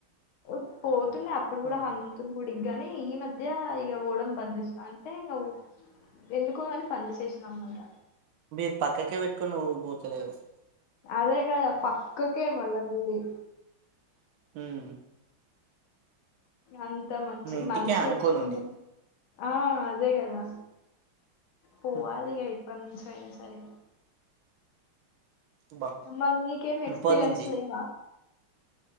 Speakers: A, on the left (about 85°); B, on the right (about 85°).
A: ఓ పోతుండే అప్పుడు
B: హ్మ్.
A: కూడా హనుమన్ గుడికిగానీ ఈ మధ్య ఇగ పోవడం బంద్ చేసిన అంటే ఇంగా ఎందుకో గాని అని బంద్ చేసిన అనమాట
B: మీర్ పక్కకే పెట్టుకొని పోతలేవు
A: అదే కదా పక్కకే మళ్ళా గుడి
B: మ్మ్
A: అంతా మంచి
B: మీ ఇంటికే
A: మంచి
B: అనుకోని
A: ఎక్స్పీరియన్స్
B: ఉంది
A: ఆ అదే కదా పోవాలి
B: హ్మ్,
A: ఇగ ఇప్పటి నుంచి అయిన సరే
B: అబ్బా
A: మళ్ నీకేం ఎక్స్పీరియన్స్
B: ఇప్పటి నుంచి
A: లేవా